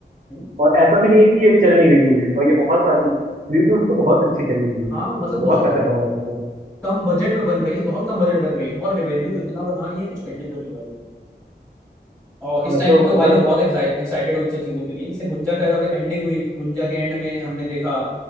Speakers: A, in the centre; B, on the right (about 50°).
A: है ना
B: और ऐसा भी नहीं है कि ये चल नहीं रही मूवीज और ये बहुत सारी थ्री टू तो बहुत अच्छी चली मूवी
A: हाँ मतलब
B: बहुत
A: बहुत
B: पैसा कमाया इसमें तो
A: कम बजट में बन रही है बहुत कम बजट बन रही है और रेवेन्यू तो इतना बना रही है कुछ कहने को नहीं भाई और
B: हाँ
A: इस
B: मैं
A: टाइम
B: तो
A: पे तो
B: मतलब
A: भाई मैं बहुत एक्साइटेड हूँ उन सब चीजों के लिए जैसे भुंजा का जब एंडिंग हुई भुंजा के एंड में हमने देखा